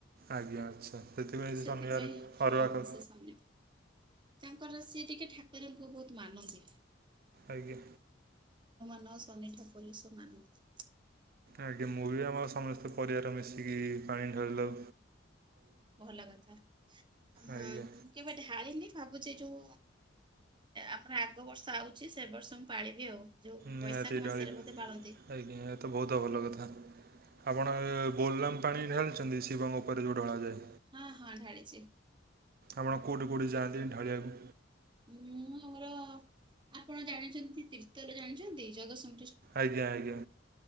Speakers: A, on the right (about 50°); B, on the right (about 25°).
A: ଆଜ୍ଞା ଆଚ୍ଛା। ସେଥିପାଇଁ
B: ସେଥିପାଇଁ
A: ଶନିବାର
B: ହଁ
A: ଅରୁଆ ଖାଉ
B: ସେ ସନି ତାଙ୍କର ସିଏ ଟିକେ ଠାକୁରଙ୍କୁ ବହୁତ ମାନନ୍ତି।
A: ଆଜ୍ଞା।
B: ନ ଶନି ଠାକୁର ଏସବୁ ମାନନ୍ତି।
A: ଆଜ୍ଞା ମୁଁ ବି ଆମ ସମସ୍ତେ ପରିବାର ମିଶିକି ପାଣି ଢାଳିଦଉ।
B: ଭଲ କଥା ହଁ
A: ଆଜ୍ଞା
B: ମୁ କେବେ ଢାଳିନି। ଭାବୁଚି ଏ ଯୋଉ ଆମର ଆଗ ବର୍ଷ ଆଉଚି ସେ ବର୍ଷ ମୁଁ ପାଳିବି ଆଉ। ଯୋଉ
A: ନିହାତି
B: ବୈଶାଖ
A: ଢାଳିବେ
B: ମାସରେ ବୋଧେ ପାଳନ୍ତି।
A: ଆଜ୍ଞା ଏ ତ ବହୁତ ଭଲ କଥା। ଆପଣ ବୋଲଲାମ ପାଣି ଢାଳିଚନ୍ତି ଶିବଙ୍କ ଉପରେ ଯୋଉ ଢଳା ଯାଏ।
B: ହଁ ହଁ ଢାଳିଚି।
A: ଆପଣ କୋଉଠି କୋଉଠି ଯାଆନ୍ତି ଢାଳିଆକୁ?
B: ହୁଁ ମୋର ଆପଣ ଜାଣିଚନ୍ତି ତୀର୍ଥଲ ଜାଣିଚନ୍ତି ଜଗତସିଂହ
A: ଆଜ୍ଞା ଆଜ୍ଞା।